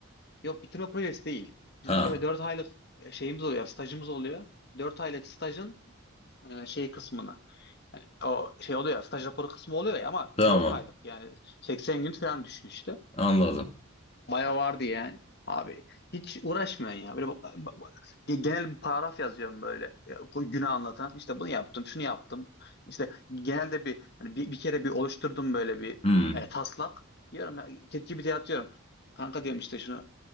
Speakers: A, on the left; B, on the left.
A: yok bitirme projesi değil.
B: Ha.
A: Bizim böyle 4 aylık e, şeyimiz oluyor stajımız oluyor. 4 aylık stajın e, şey kısmını. Yani o şey oluyor ya staj raporu kısmı oluyor ya ama
B: Tamam.
A: 4 aylık yani 80 gün falan düşün işte.
B: Anladım.
A: Baya vardı yani. Abi hiç uğraşmıyorsun ya. Böyle bak- bak- bak- ge- genel bir paragraf yazıyorum böyle. Ya, o Günü anlatan. İşte bunu yaptım, şunu yaptım. İşte genelde bir hani bir, bir kere bir oluşturdum böyle bir
B: Hmm.
A: e, taslak. Diyorum ya ChatGPT'ye atıyorum. Kanka diyorum işte şunu